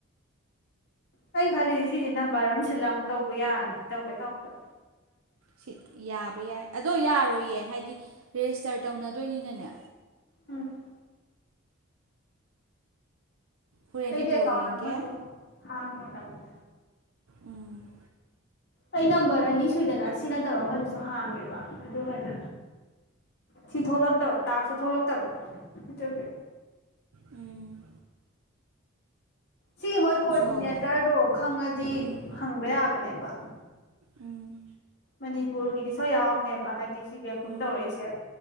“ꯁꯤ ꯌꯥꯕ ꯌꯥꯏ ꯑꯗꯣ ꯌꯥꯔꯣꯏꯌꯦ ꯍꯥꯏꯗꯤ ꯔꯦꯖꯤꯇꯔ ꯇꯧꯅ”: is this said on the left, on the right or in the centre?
Right